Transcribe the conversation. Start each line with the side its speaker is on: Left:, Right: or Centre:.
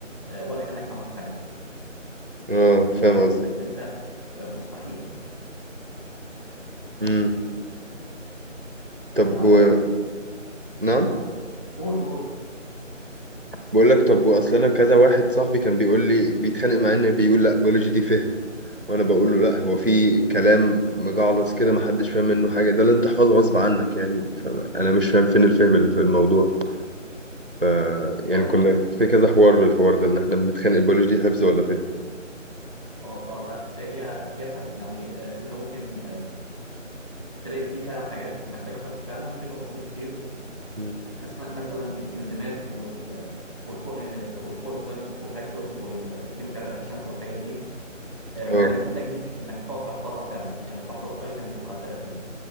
Left: آه، ولا كانك عملت حاجه
Right: اه
Left: يعني
Right: فاهم قصدي
Left: هتنساها آه، مستحيل
Right: امم طب
Left: فانا
Right: و...
Left: فكرت
Right: نعم
Left: قول قول قول
Right: بقول لك طب وأصل أنا كذا واحد صاحبي كان بيقول لي بيتخانق معايا إن بيقول لا بيولوجي دي فهم وأنا بقول له لا هو في كلام مجعلص كده ما حدش فاهم منه حاجة ده اللي أنت تحفظه غصب عنك يعني فاهم أنا مش فاهم فين الفهم اللي في الموضوع ف يعني
Left: اه
Right: كنا
Left: لا.
Right: في كذا حوار بالحوار ده إن إحنا بنتخانق البيولوجي دي حفظ ولا فهم
Left: اه آه، لا هي هي فهم يعني آه، انت ممكن تلاقي فيها حاجات محتاجة حفظ فعلا في تفاصيل كتير
Right: مم.
Left: أسماء مثلا الإنزيمات وال والكو والكو انزيمز والكو فاكتورز والكيميكال رياكشنز والحاجات دي آه،
Right: اه
Left: ممكن تحتاج منك إنك تقعد تحفظها فعلا يعني تحفظ ايتمز محددة فيها